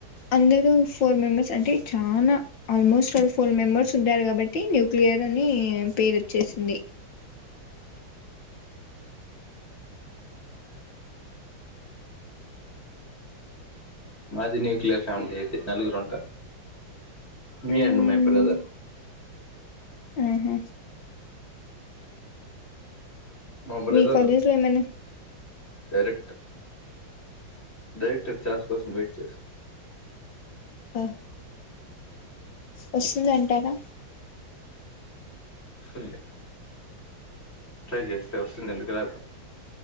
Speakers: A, on the left (about 70°); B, on the left (about 30°).
A: అందరు ఫోర్ మెంబర్స్ అంటే చాలా ఆల్మోస్ట్ ఫోర్ మెంబర్స్ ఉంటారు కాబట్టి న్యూక్లియర్ అని పేరు వచ్చేసింది
B: మాది న్యూక్లియర్ ఫ్యామిలీ నలుగురు ఉంటారు మీ
A: మ్మ్
B: అండ్ మై బ్రదర్
A: మ్మ్ హ్మ్
B: మా బ్రదర్
A: మీ కాలేజ్ లో ఏమన్నా
B: డైరెక్ట్ డైరక్టర్ చాస్ కోసం వెయిట్ చేస్తా
A: ఆ వస్తుందంటారా
B: సన్లే ట్రై చేస్తే వస్తుంది ఎందుకు రాదు